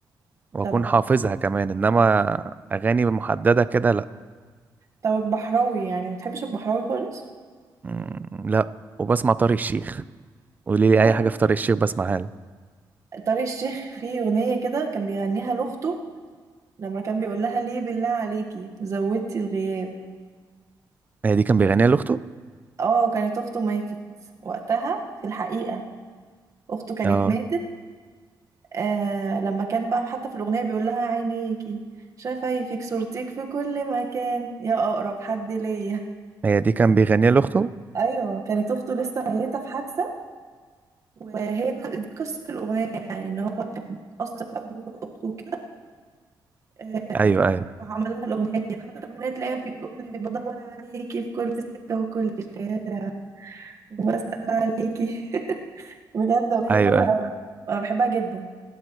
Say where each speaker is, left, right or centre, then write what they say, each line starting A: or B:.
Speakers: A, on the right; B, on the right.
A: واكون
B: طب
A: حافظها كمان انما اغاني محددة كده لا
B: طب البحراوي يعني ما بتحبش البحراوي خالص
A: مم، لا وبسمع طارق الشيخ قولي لي
B: طارق
A: اي حاجه في طارق الشيخ بسمعها له
B: طارق الشيخ فيه اغنية كده كان بيغنيها لاخته لما كان بيقول لها ليه بالله عليكي زودتي الغياب
A: هي دي كان بيغنيها لاخته
B: اه كانت اخته ماتت وقتها في الحقيقة اخته كانت
A: اه
B: ماتت آه لما كان بقى حتى في الأغنية بيقول لها عينيكي شفايفك صورتك في كل مكان يا أقرب حد ليا
A: هي دي كان بيغنيها لاخته
B: أيوة كانت أخته لسه ميتة في حادثة وهي ق- دي قصة الأغنية يعني إن هو كان اتأثر قوي بموت أخته وكده آه،
A: ايوه ايوه
B: فعمل لها الأغنية حتى الأغنية تلاقيها بيقول لي بدور عليكي في كل سكة وكل شارع وبسأل عليكي <laughs> بجد أغنية
A: ايوه
B: جميلة
A: ايوه
B: أوي أنا بحبها جدا